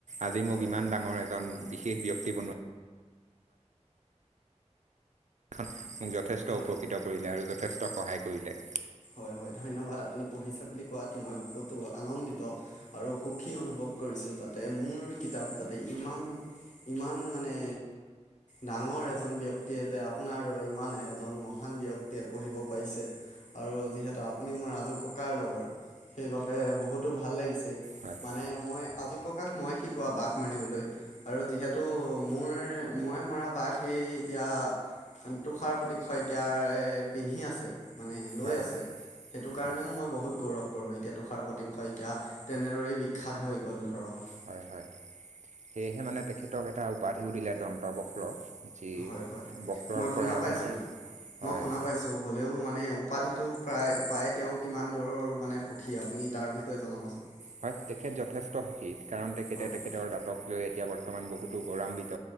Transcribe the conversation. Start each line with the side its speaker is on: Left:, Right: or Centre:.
Right: আজি মোক মোক
Left: হয়
Right: ইমান
Left: হয়
Right: ডাঙৰ এজন বিশেষ ব্যক্তি বনোৱা খন মোক যথেষ্ট
Left: হয়
Right: উপকৃত কৰিলে আৰু যথেষ্ট সহায় কৰিলে
Left: হয় হয় ধন্যবাদ আপুনি পঢ়িছে বুলি কোৱাত মই বহুতো আনন্দিত আৰু সুখী অনুভৱ কৰিছোঁ যাতে মোৰ কিতাপ যাতে ইমান ইমান মানে ডাঙৰ এজন ব্যক্তিয়ে যে আপোনাৰ দৰে ইমান এজন মহান ব্যক্তিয়ে পঢ়িব পাৰিছে আৰু যিহেতু আপুনি মোৰ আজু ককাৰ লগৰ সেইবাবে বহুতো ভাল লাগিছে
Right: হয়
Left: মানে মই আজো ককাক মই শিকোৱা বাঘ মাৰিবলৈ আৰু যিহেতু মোৰ মই মৰা বাঘ সেই এতিয়া তুষাৰ প্ৰতি শইকীয়াৰ পিন্ধি আছে <unintelligible> মানে লৈ
Right: হয়
Left: আছে সেইটো কাৰণেও
Right: হয়
Left: মই বহুত গৌৰৱ কৰো এতিয়া তুষাৰ প্ৰতিম শইকীয়া তেনেদৰেই বিখ্যাত হৈ গল ধৰক
Right: হয় হয় সেয়েহে মানে তেখেতক এটা উপাধিও দিলে দন্ত বক্ৰ <unintelligible>
Left: হয় হয়
Right: বক্ৰৰ
Left: মই শুনা
Right: পৰাই
Left: পাইছোঁ
Right: আপোনাৰ হয়
Left: মই শুনা পাইছোঁ হ'লেও মানে উপাধিটো প্ৰায় প্ৰায় তেওঁ কিমান দূৰৰ মানে সুখী আপুনি তাৰ বিষয়ে জনাবচোন
Right: হয় তেখেত যথেষ্ট সুখী কাৰণ তেখেতে
Left: হয়
Right: তেখেতৰ দাঁতক লৈ এতিয়া <unintelligible> বৰ্তমান বহুতো গৌৰৱান্বিত